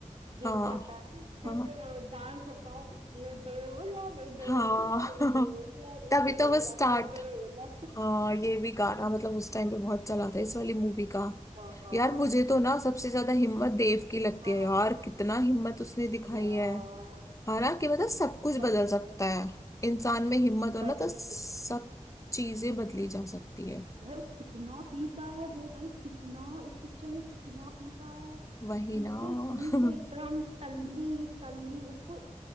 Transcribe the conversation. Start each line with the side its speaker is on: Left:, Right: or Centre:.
Right: गिर
Left: हाँ
Right: जाता है फिर
Left: हाँ
Right: जो डांस होता है रे डोला रे डोला
Left: हाँ
Right: रे
Left: <laughs>
Right: डोला रे
Left: तभी
Right: डोला
Left: तो वो स्टार्ट
Right: हाय डोला
Left: हाँ ये भी गाना मतलब उस टाइम पे बहुत चला था इस वाली मूवी का
Right: बहुत
Left: यार मुझे तो ना सबसे ज्यादा हिम्मत देव की लगती
Right: हाँ
Left: है यार
Right: हाँ
Left: कितना हिम्मत उसने दिखाई
Right: यार
Left: है हालांकि मतलब सब कुछ
Right: सच
Left: बदल
Right: में
Left: सकता है इंसान में हिम्मत हो
Right: सब
Left: ना तो सब
Right: कुछ
Left: चीजें बदली जा सकती है
Right: और कितना पीता है वो भाई कितना इस पिक्चर में कितना पीता है
Left: वही
Right: बिल्कुल
Left: ना
Right: पी
Left: <laughs>
Right: के एकदम टल्ली टल्ली उसको